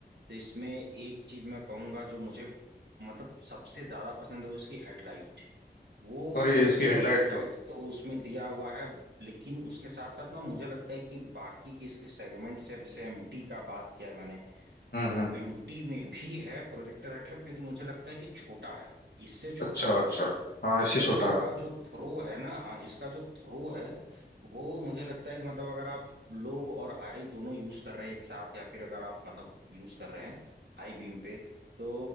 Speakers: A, on the right; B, on the left.
A: तो इसमें एक चीज मैं कहूंगा जो मुझे मतलब सबसे ज्यादा पसंद है वो इसकी हेडलाइट वो
B: और ये
A: प्रोजेक्टर
B: इसकी हेडलाइट
A: हेडलाइट
B: तो
A: तो उसमें दिया हुआ है लेकिन उसके साथ साथ ना मुझे लगता है कि बाकी के इसके सेगमेंट से अब जैसे एमटी का बात किया मैंने
B: हम्म
A: तो
B: हम्म
A: एमटी में भी है प्रोजेक्टर हेडलाइट लेकिन मुझे लगता है कि छोटा है इससे छोटा
B: अच्छा
A: है
B: अच्छा हाँ
A: और
B: इससे छोटा
A: इसका
B: है
A: जो थ्रो है ना हाँ इसका जो थ्रो है वो मुझे लगता है कि मतलब अगर आप लो और हाई दोनों यूज कर रहे हैं एक साथ या फिर अगर आप मतलब यूज कर रहे हैं हाई बीम पे तो